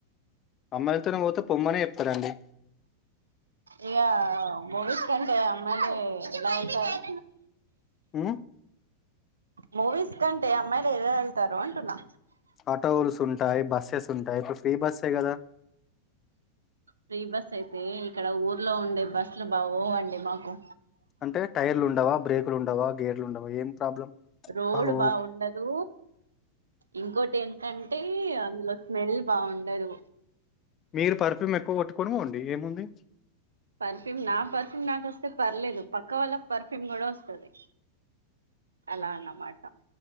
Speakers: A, on the left; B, on the right.
A: అమ్మాయిలతోనే పోతే పొమ్మనే చెప్తారండి
B: ఇగ మూవీస్ కంటే అమ్మయిలే ఎలా వెళ్తారు
A: ఉ
B: మూవీస్ కంటే అమ్మాయిలు ఎలా వెళ్తారు అంటున్నా
A: ఆటోస్ ఉంటాయి బస్సెస్ ఉంటాయి ఇప్పుడు ఫ్రీ బస్సే కదా
B: ఫ్రీ బస్ అయితే ఇక్కడ ఊర్లో ఉండే బస్సులు బాగోవండి మాకు
A: అంటే టైర్లు ఉండవా బ్రేకులు ఉండవా? గేర్లు ఉండవా ఏం ప్రాబ్లం
B: రోడ్
A: ఓ,
B: బాగుండదు ఇంకోటి ఏంటి అంటే అందులో స్మెల్ బాగుండదు
A: మీరు పెర్ఫ్యూమ్ ఎక్కువ కొట్టుకోనీ పోండి ఏముంది
B: పర్ఫ్యూమ్ నా పర్ఫ్యూమ్ నాకు వస్తే పర్లేదు పక్క వాళ్ళ పర్ఫ్యూమ్ కూడా వస్తది అలా అన్నావ్ మాట